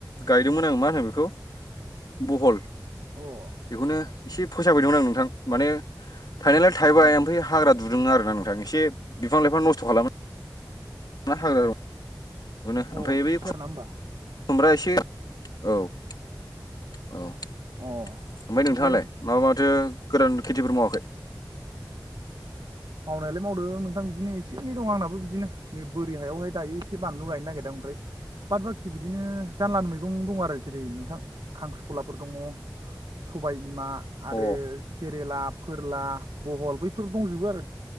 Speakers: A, on the left; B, on the right.
A: गायदोंमोन। आं मा होनो बेखौ बहल
B: अ
A: बेखौनो एसे फोसाब हैदोंमोन आं नोंथां। माने, थायनायलाय थायबाय
B: ए
A: ओमफ्राय हाग्रा फुदोंमोन आरो ना नोंथां। एसे बिफां लाइफां नस्थ' खालामो। <unintelligible> बेखौनो
B: अ
A: ओमफ्राय
B: बिदिसो
A: बै खुमब्रा
B: आरोना होमबा
A: एसे औ। औ ओमफ्राय
B: औ अ ओमफ्राय
A: नोंथाङालाय माबा माथो गोदान खेथिफोर मावाखै?
B: <unintelligible> मावनायालाय मावदों नोंथां बिदिनो एसे एनै आंनाबो बिदिनो नै बोरि हायावहाय दायो एसे बानलु गायनो नागिरदों ओमफ्राय। बाद बाखि बिदिनो जानला मैगं दं आरो जेरै- नोंथां खांख्रिखलाफोर दङ। सबाय बिमा, आरो
A: अ
B: केरेला, फोरला, बहल, बैफोर दंजोबो आरो,